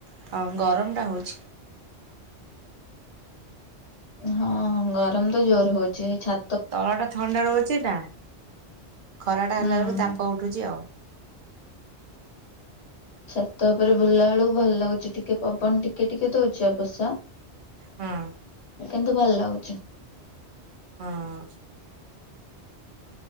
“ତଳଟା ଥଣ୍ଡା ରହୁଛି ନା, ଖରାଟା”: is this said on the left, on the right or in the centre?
Right